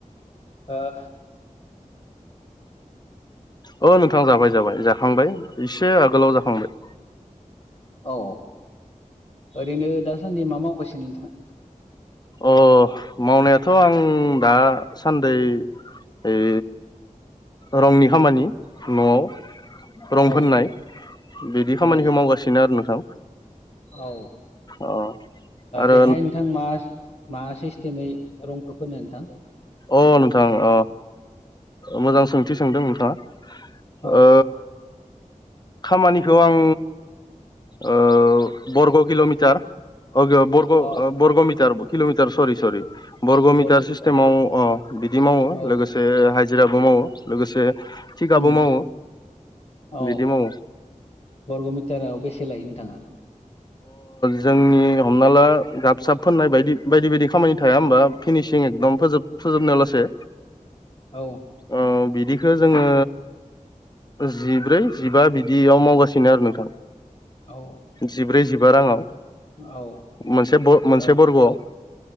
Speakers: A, on the left; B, on the left.
A: अ
B: अ नोंथां जाबाय जाबाय जाखांबाय इसे आगोलाव जाखांबाय
A: औ ओरैनो दासान्दि मा मावगासिनो नोंथाङा?
B: अ मावनायाथ' आं दासान्दै ओइ रंनि खामानि न'आव रं
A: औ
B: फोननाय बिदि खामानिखौ
A: औ
B: मावगासिनो आरो नोंथां
A: औ
B: अ आरो
A: बेहाय नोंथां मा मा सिस्टेमै रंखौ फोनो नोंथां
B: अ नोंथां अ मोजां सोंथि सोंदों नोंथाङा
A: औ
B: ओ खामानिखौ आं ओ बरग' किल'मिटार बरग'म
A: अ
B: मिटार किल'मिटार सरि सरि बरग'म
A: बरग'मिटार
B: मिटार सिस्टेमाव अ बिदि मावो
A: औ
B: लोगोसे हाजिराबो मावो लोगोसे थिखाबो
A: उम
B: मावो
A: औ
B: बिदि मावो
A: बरग' मिटाराव बेसे लायो नोंथाङा
B: जोंनि हमना ला गाब साब फोननाय बायदि बायदि बायदि खामानि थाया होमबा फिनिसिं एकदम फोजोब फोजोबनाय लासे
A: औ
B: ओ बिदि जोङो जिब्रै जिबा बिदियाव मावगासिनो आरो नोंथां
A: औ
B: जिब्रै जिबा रांङआव
A: औ
B: मोनसे मोनसे
A: ओ
B: बरग'आव